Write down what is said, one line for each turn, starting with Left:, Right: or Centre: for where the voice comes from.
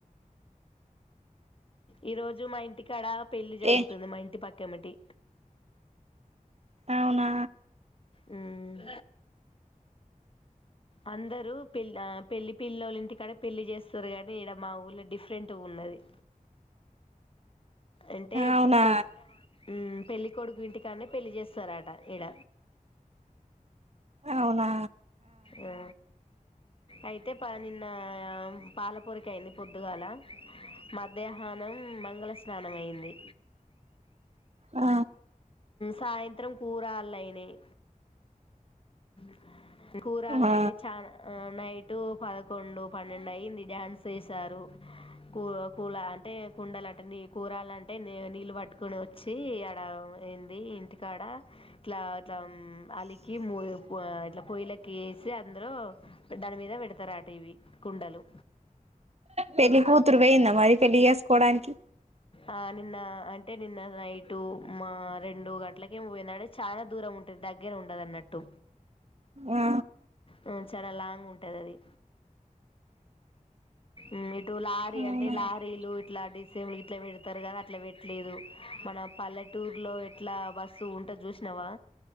Left: ఈ రోజు మా ఇంటికాడ పెళ్లి జరుగుతుంది
Right: ఏ
Left: మా ఇంటి పక్ కమిటి
Right: అవునా
Left: ఉమ్ అందరూ పెళ్ ఆ పెళ్లి పిల్లోల్ ఇంటికాడ పెళ్లి చేస్తారు కానీ ఇడ మా ఊళ్ళ డిఫరెంట్ గా ఉన్నది అంటే
Right: అవునా
Left: పెళ్ ఉమ్ పెళ్లి కొడుకు ఇంటికాడనే పెళ్లి చేస్తారట ఇడ
Right: అవునా
Left: ఆ అయితే పా నిన్న పాలపొరక అయింది పొద్దుగాల మధ్యాహ్నం మంగళస్ స్నానమయ్యింది
Right: ఆ
Left: సాయంత్రం కూరాళ్ళైనయి <inaudible> కూరాళ్ళైనయి
Right: ఆ
Left: చాలా ఆ నైటు పదకొండు పన్నెండు అయింది డ్యాన్స్ చేసారు కూ కూల అంటే కుండలు అంటే నీ కూరాలు అంటే నీళ్ళు పట్టుకొని వచ్చి ఆడ ఏంది ఇంటికాడ ఇట్లా మో తం అలికి మూల్ పువ ఇట్లా పొయ్యిలెక్క చేసి అందరు దాని మీద పెడతారు అట ఇవి కుండలు
Right: పెళ్లి కూతురు పోయిందా మరి పెళ్లి చేసుకోవడానికి
Left: ఆ నిన్న అన్ టె నిన్న నైటు మా రెండు గంటలకేమో పోయినారు చాలా దూరం ఉంటది దగ్గర ఉండదన్నట్టు
Right: ఆ
Left: ఆ చాలా లాంగ్ ఉంటది అది ఉమ్ టు లారీ
Right: ఆ
Left: అంటే లారీలు ఇట్లాంటి సేమ్ ఇట్లా పెడతారు కదా అట్లా పెట్టలేదు మన పల్లెటూర్ లో ఎట్లా బస్సు ఉంటది చూసినావా